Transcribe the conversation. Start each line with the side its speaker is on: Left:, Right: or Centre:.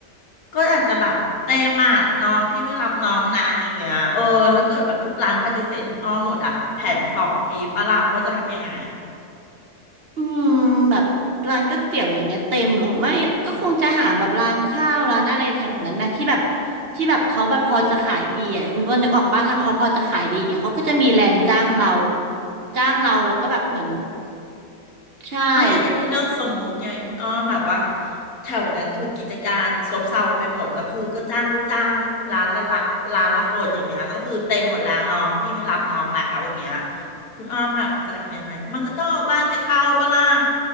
Left: ก็อาจจะแบบเต็มอ่ะน้องพี่ไม่รับน้องนะอย่างเงี้ยเออถ้าเกิดแบบทุกร้านปฏิเสธคุณอ้อมหมดอ่ะแผนสองมีปะล่ะว่าจะทำยังไง
Right: อืมแบบร้านก๋วยเตี๋ยวอย่างเงี้ยเต็มหรอไม่ก็คงจะหาแบบร้านข้าวร้านอะไรแถวนั้นนะที่แบบที่แบบเขาแบบพอจะขายดีอ่ะคุณอ้วนนึกออกป่ะถ้าเขาพอจะขายดีอย่างเงี้ยเขาก็จะมีแรงจ้างเราจ้างเราแล้วก็แบบเหมือนใช่
Left: ไม่อันนี้เป็นเรื่องสมมุติไงคุณอ้อมแบบว่าแถวนั้นคือกิจการซบเซาไปหมดแล้วคือก็จ้างลูกจ้างร้านละละร้านละคนอย่างเงี้ยก็คือเต็มหมดแล้วน้องพี่ไม่รับน้องแล้วอย่างเงี้ยคุณอ้อมแบบจะทำยังไงมันก็ต้องเอาบ้านไปเข้าปะล่ะ